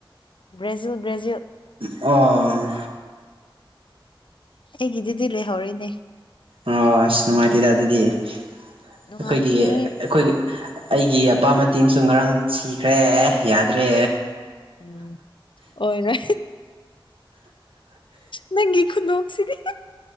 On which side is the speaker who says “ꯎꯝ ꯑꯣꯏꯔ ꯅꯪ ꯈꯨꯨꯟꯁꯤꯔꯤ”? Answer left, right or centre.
Left